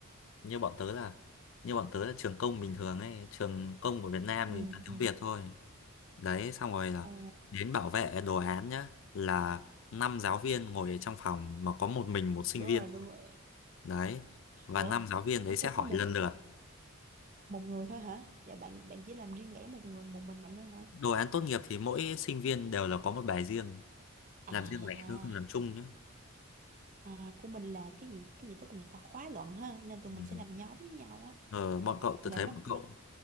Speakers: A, on the left; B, on the right.
A: như bọn tớ là như bọn tớ là trường công bình thường ấy trường công của Việt Nam
B: ừ,
A: thì toàn
B: ừ.
A: tiếng Việt thôi đấy xong rồi là
B: Ờ,
A: đến bảo vệ đồ án nhá là năm giáo viên ngồi ở trong phòng mà có một mình một sinh
B: đúng
A: viên
B: rồi đúng rồi
A: đấy và
B: ủa
A: năm giáo viên đấy
B: ủa sao
A: sẽ hỏi
B: có một
A: lần lượt
B: một người thôi hả dạ bạn bạn chỉ làm riêng lẻ một người một mình bạn thôi hả
A: đồ án tốt nghiệp thì mỗi sinh viên đều là có một bài riêng
B: à,
A: làm riêng lẻ thôi không làm chung nhé
B: à của mình là cái gì cái gì tốt nghiệp ta khóa luận ha nên tụi
A: ừ.
B: mình sẽ làm nhóm với nhau á
A: ờ, bọn cậu tớ
B: là
A: thấy
B: nó
A: bọn cậu
B: nó